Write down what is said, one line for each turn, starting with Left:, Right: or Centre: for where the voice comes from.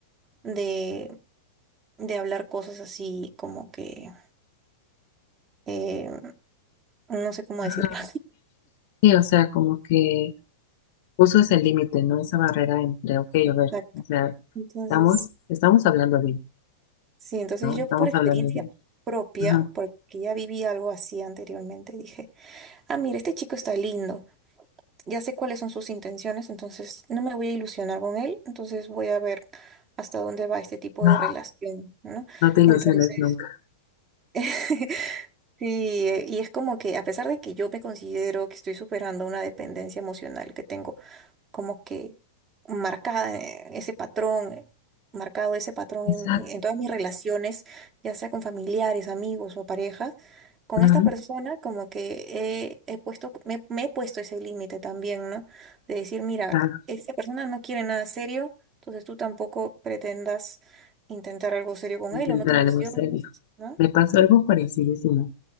Right: de, de hablar cosas así como que eh, no sé cómo
Left: Ajá.
Right: decirlo.
Left: Sí, o sea, como que puso ese límite, ¿no? Esa barrera entre, ok,
Right: <laughs> Exacto.
Left: a ver, o sea,
Right: Entonces,
Left: estamos, estamos hablando bien,
Right: sí, entonces
Left: ¿no?
Right: yo
Left: Estamos
Right: por experiencia
Left: hablando bien.
Right: propia,
Left: Ajá.
Right: porque ya viví algo así anteriormente, dije, ah, mira, este chico está lindo, ya sé cuáles son sus intenciones, entonces no me voy a ilusionar con él, entonces voy a ver hasta dónde va este tipo
Left: No,
Right: de relación, ¿no?
Left: No te ilusiones
Right: Entonces...
Left: nunca.
Right: <laughs> Sí, eh, y es como que a pesar de que yo me considero que estoy superando una dependencia emocional que tengo como que marcada eh, ese patrón, eh, marcado ese patrón
Left: Exacto.
Right: en, en- en todas mis relaciones, ya sea con familiares, amigos o parejas. Con
Left: Ujú,
Right: esta persona como que he, he puesto, me, me he puesto ese límite también, ¿no? De decir, mira,
Left: Claro,
Right: esta persona no quiere nada serio, entonces tú tampoco pretendas intentar algo serio con
Left: intentaremos
Right: él o no te ilusiones,
Left: serio.
Right: ¿no?
Left: Me pasó algo parecidísimo,